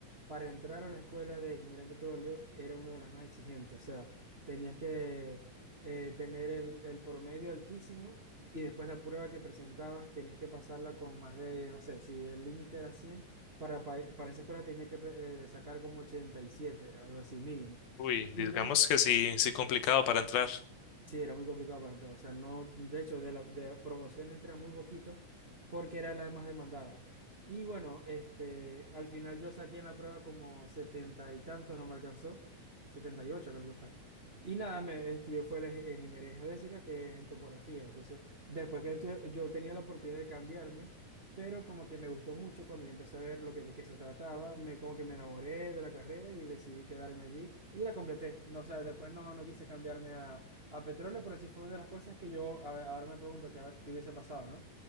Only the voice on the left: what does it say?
Uy,
digamos
que sí, sí complicado para entrar.